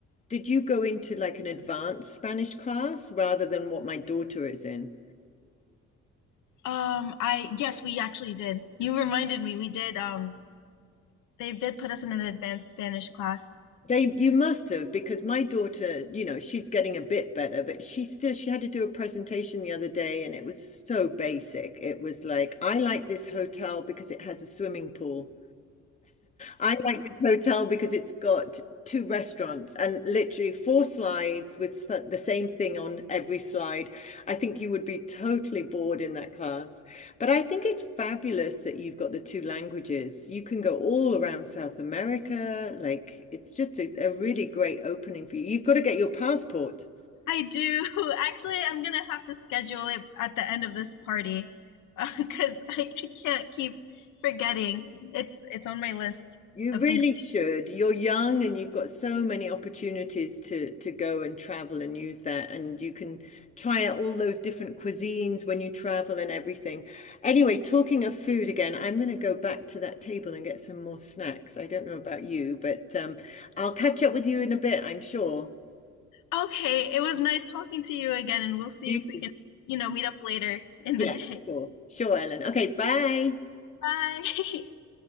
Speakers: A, on the left; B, on the left.
A: did you go into like an advanced Spanish class rather than what my daughter is in?
B: Um, I yes, we actually did. You reminded me. We did. Um, they did put us in an advanced Spanish class.
A: They, you must have, because my daughter, you know, she's getting a bit better, but she still, she had to do a presentation the other day and it was so basic. It was like, I like this hotel because it has a swimming pool. I like this hotel because it's got two restaurants and literally four slides with th- the same thing on every slide. I think you would be totally bored in that class. But I think it's fabulous that you've got the two languages. You can go all around South America. Like, it's just a, a really great opening for you. You've got to get your passport
B: I do. <laughs> Actually, I'm gonna have to schedule it at the end of this party <laughs> because I can't keep forgetting. It's it's on my list
A: You
B: of
A: really
B: things.
A: should. You're young and you've got so many opportunities to to go and travel and use that and you can try out all those different cuisines when you travel and everything. Anyway, talking of food again, I'm going to go back to that table and get some more snacks. I don't know about you, but um, I'll catch up with you in a bit, I'm sure.
B: Okay, it was nice talking to you again, and we'll see
A: You
B: if
A: too.
B: we can, you know, meet up later in
A: Yes,
B: the day.
A: sure. Sure, Ellen. Okay, bye.
B: Bye. <laughs>